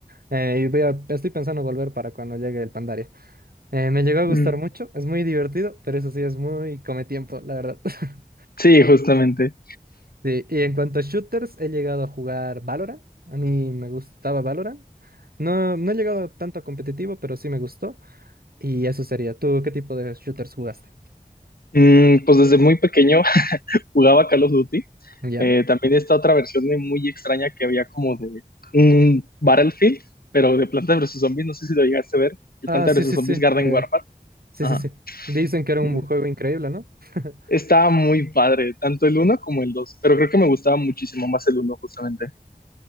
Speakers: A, on the right; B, on the left.
A: eh, y voy a- estoy pensando volver para cuando llegue el Pandaria. Eh, me llegó a gustar
B: Mm,
A: mucho, es muy divertido, pero eso sí es muy come tiempo, la verdad. <laughs>
B: Sí, justamente.
A: Sí, y en cuanto a shooters, he llegado a jugar Valorant. A mí me gustaba Valorant. No, no he llegado tanto a competitivo, pero sí me gustó. Y eso sería. ¿Tú qué tipo de shooters jugaste?
B: Mm, pues desde muy pequeño jugaba Call of Duty.
A: ¿Ya?
B: Eh, también esta otra versión de muy extraña que había como de un Battlefield, pero de Planta versus Zombies, no sé si lo llegaste a ver, el
A: Ah,
B: Planta
A: sí,
B: versus
A: sí,
B: Zombies
A: sí.
B: Garden
A: eh,
B: Warfare.
A: sí,
B: Ajá.
A: sí, sí. Dicen que era un
B: Ujú.
A: juego increíble, ¿no? <laughs>
B: Estaba muy padre, tanto el uno como el 2, pero creo que me gustaba muchísimo más el uno justamente.